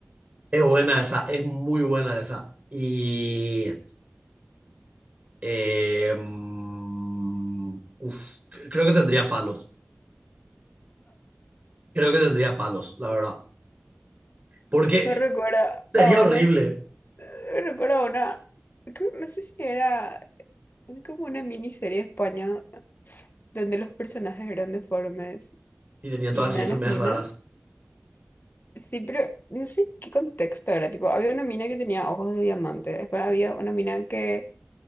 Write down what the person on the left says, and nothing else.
Me recuerda
a unas,
me recuerda a una, creo- no sé si era como una miniserie de España donde los personajes eran deformes
y una
de las minas
Sí, pero no sé qué contexto era. Tipo, había una mina que tenía ojos de diamante. Después había una mina que